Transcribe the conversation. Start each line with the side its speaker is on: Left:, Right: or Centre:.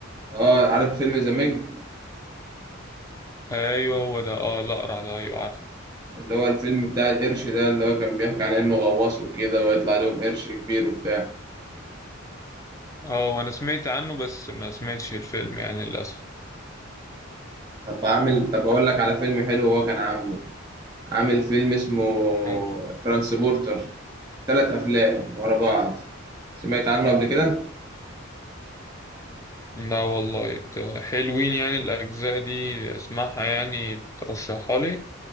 Right: اه عارف فيلم ذا ميج
Left: أيوه هو ده اه الأقرع ده أيوه عارف
Right: اللي هو الفيلم بتاع القرش ده اللي هو كان بيحكي عن انه غواص وكده ويطلع لهم قرش كبير وبتاع
Left: اه وأنا سمعت عنه بس ما سمعتش الفيلم يعني للأسف
Right: طب عامل طب اقول لك على فيلم حلو هو كان عامله عامل فيلم اسمه
Left: ماشي
Right: ترانسبورتر ثلاث أفلام ورا بعض سمعت عنه قبل كده؟
Left: لا والله ت- حلوين يعني الأجزاء دي اسمعها يعني ترشحها لي